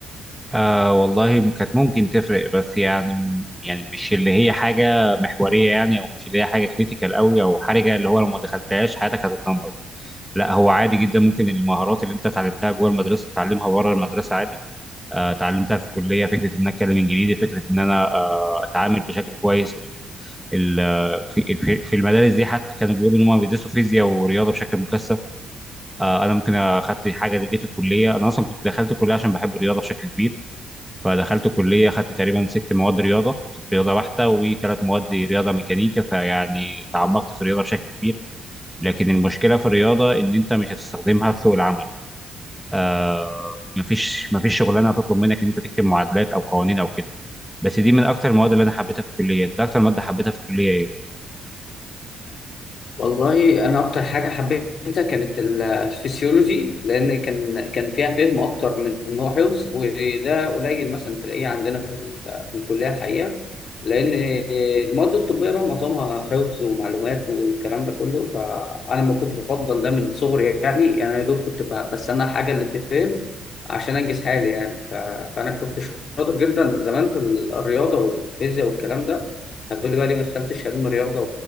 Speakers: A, in the centre; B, on the left (about 45°).
A: آه والله م- كانت ممكن تفرق بس يعني يعني مش اللي هي حاجه محوريه يعني او مش اللي هي حاجه كريتيكال قوي او حرجه اللي هو لو ما دخلتهاش حياتك هتتدمر لا هو عادي جدا ممكن المهارات اللي انت اتعلمتها جوه المدرسه تتعلمها بره المدرسه عادي آه، اتعلمتها في الكليه فكره ان انا اتكلم انجليزي فكره ان انا آه، اتعامل بشكل كويس ال- ال- في في في المدارس دي حتى كانوا بيقولوا ان هم بيدرسوا فيزياء ورياضه بشكل مكثف آه، انا ممكن اخدت حاجه دي في الكليه انا اصلا كنت دخلت الكليه عشان بحب الرياضه بشكل كبير فدخلت كليه اخدت تقريبا ست مواد رياضه ست رياضه بحته وثلاث مواد رياضه ميكانيكا فيعني تعمقت في الرياضه بشكل كبير لكن المشكله في الرياضه ان انت مش هتستخدمها في سوق العمل آه مفيش مفيش شغلانه هتطلب منك ان انت تكتب معادلات او قوانين او كده بس دي من اكتر المواد اللي انا حبيتها في الكليه انت اكتر ماده حبيتها في الكليه ايه
B: والله انا اكتر حاجه حبيتها كانت ال- الفسيولوجي لان كان كان فيها فهم اكتر من ان هو حفظ وده قليل مثلا تلاقيه عندنا في ال- في الكليه الحقيقه لان المواد الطبيه بقى معظمها حفظ ومعلومات والكلام ده كله فانا ما كنت بفضل ده من صغري يعني انا يا دوب كنت ب- بستنى الحاجه اللي بتتفهم عشان انجز حالي يعني ف- فانا كنت شاطر جدا زمان في الرياضه والفيزياء والكلام ده هتقولي بقى ليه ما دخلتش علم رياضه